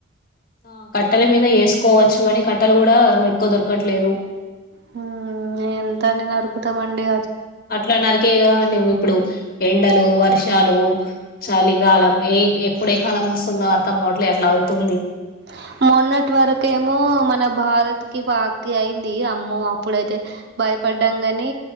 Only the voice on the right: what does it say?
హు ఎంత అని నరుకుతమండి
అ మొన్నటి వరకేమో మన భారత్ కి <unintelligible> అయింది అమ్మో అప్పుడైతే బ బయ్యపడ్డం గాని